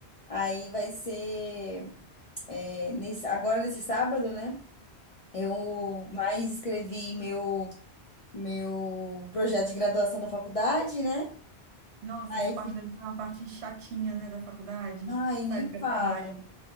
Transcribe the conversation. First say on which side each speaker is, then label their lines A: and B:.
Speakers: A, on the left (about 60°); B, on the right (about 80°).
A: aí vai ser é, nesse- agora nesse sábado, né? Eu mais escrevi meu meu projeto de graduação da faculdade, né?
B: Nossa,
A: Aí,
B: essa parte
A: fi-
B: deve ser uma parte chatinha, né, da faculdade,
A: ai, nem
B: sai do seu
A: fala.
B: trabalho.